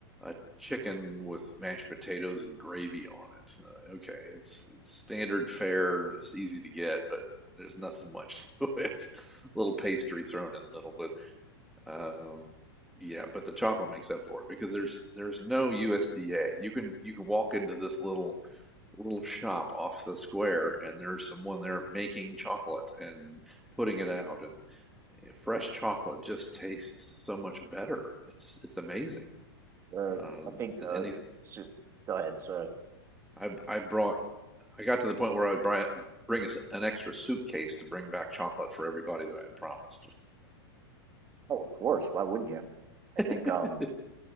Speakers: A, in the centre; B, on the right.
A: a chicken with mashed potatoes and gravy on it. Uh, okay, it's it's standard fare. It's easy to get, but there's nothing much to it. <laughs> A little pastry thrown in the middle, but um, yeah, but the chocolate makes up for it because there's there's no USDA. You can you can walk into this little little shop off the square and there's someone there making chocolate and putting it out and you know, fresh chocolate just tastes so much better. It's it's amazing
B: uh,
A: um,
B: I think,
A: than
B: uh,
A: anything.
B: so, go ahead. So,
A: I I brought. I got to the point where I would buy, bring us an extra suitcase to bring back chocolate for everybody that I had promised.
B: oh, of course. Why wouldn't you?
A: <laughs>
B: I think, um,